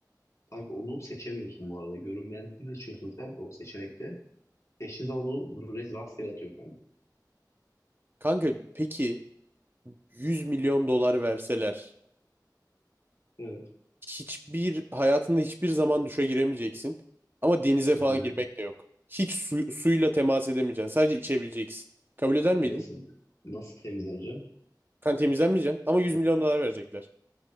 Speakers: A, on the left (about 45°); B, on the right (about 30°).
A: kanka onu seçemiyorsun bu arada. Görünmezliği seçiyorsun sen o seçenekte. Teşhise onu res- rastgele atıyor kanka.
B: Kanka peki 100 milyon dolar verseler
A: Evet.
B: hiçbir hayatında hiçbir zaman duşa giremeyeceksin ama denize
A: Hı
B: falan
A: hı.
B: girmek de yok. Hiç su- suyla temas edemeyeceksin. Sadece içebileceksin. Kabul eder miydin?
A: E nasıl nasıl temizleneceğim?
B: Kan temizlenmeyeceksin ama 100 milyon dolar verecekler.